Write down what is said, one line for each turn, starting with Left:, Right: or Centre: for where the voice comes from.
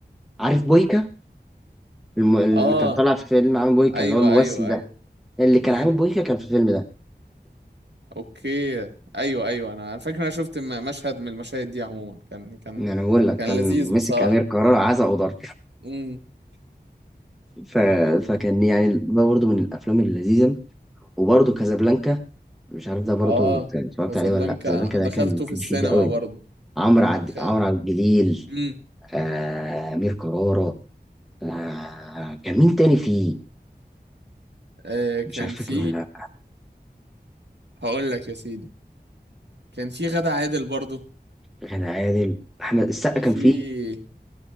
Centre: عارف بويكا؟ الم... اللي
Right: اه
Centre: كان طالع في فيلم عامل بويكا
Right: ايوه
Centre: اللي هو الممثل
Right: ايوه
Centre: ده
Right: ايوه
Centre: اللي كان
Right: امم
Centre: عامل بويكا كان في الفيلم ده
Right: اوكي ايوه ايوه انا انا فاكر انا شفت م- مشهد من المشاهد دي عموما كان كان
Centre: يعني انا بقول لك
Right: كان
Centre: كان
Right: لذيذ
Centre: مسك
Right: بصراحه
Centre: امير كرارة عزا وضرب
Right: امم
Centre: ف... فكان يعني ده برضه من الافلام اللذيذه وبرضه كازابلانكا مش عارف ده برضه
Right: اه
Centre: اتفرجت
Right: كازابلانكا
Centre: عليه ولا لا كازابلانكا
Right: أنا دخلته
Centre: ده كان
Right: في
Centre: كان
Right: السينما
Centre: شديد قوي
Right: برضه
Centre: عمرو عبد
Right: دخل-
Centre: عمرو عبد الجليل
Right: امم
Centre: آه... امير كرارة آه... كان مين تاني فيه
Right: آه كان
Centre: مش عارف
Right: في
Centre: فاكر ولا لا
Right: هقول لك يا سيدي كان في غادة عادل برضه
Centre: غادة عادل احمد السقا كان
Right: في
Centre: فيه